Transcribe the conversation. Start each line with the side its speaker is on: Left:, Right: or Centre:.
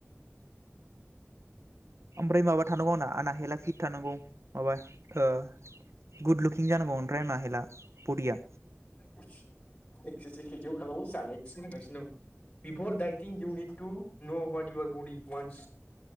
Right: ओमफ्राय माबा थानांगौ आंना आना हेला फिट थानांगौ माबा आ गुड लुकिं जानांगौ ओमफ्राय आना हेला बरिया
Left: एस खेजयाव खालामो जानायखौसो होनगासिनो दं बिफर डाइटिं इउनिट तु न इ बड वान